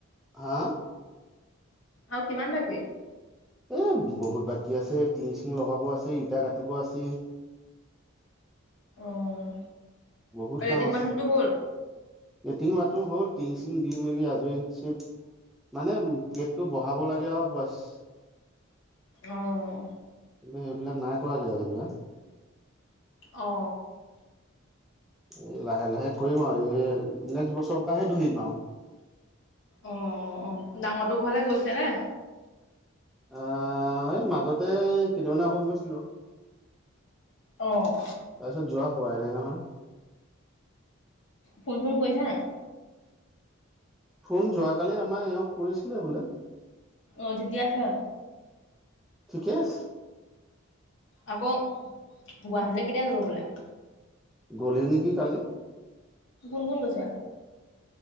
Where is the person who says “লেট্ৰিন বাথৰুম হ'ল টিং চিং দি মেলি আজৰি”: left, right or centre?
Centre